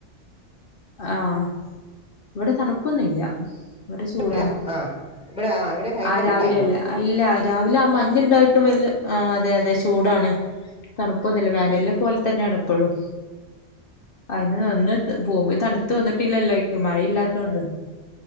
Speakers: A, on the left (about 55°); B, in the centre.
A: ആഹ് ഇവിടെ തണുപ്പൊന്നുംല്ല ഇവിടെ ചൂടാണ്
B: ഇല്ല ആ ഇവിടെ ആ ഇവിടെ ഭയങ്കര
A: ആ രാവിലല്ല
B: ചൂടാ ഇന്ന്
A: ഇല്ല രാവിലെ ആ മഞ്ഞുണ്ടായിട്ട് വല്യ ആ അതെ അതെ ചൂടാണ് തണുപ്പൊന്നുല്ല വേനൽ പോലെ തന്നെയാണ് ഇപ്പോഴും അതിന്ന്ന് പോപ തണുത്തു വന്നിട്ടില്ലല്ലോ ഇപ്പൊ മഴയില്ലാത്തൊണ്ട്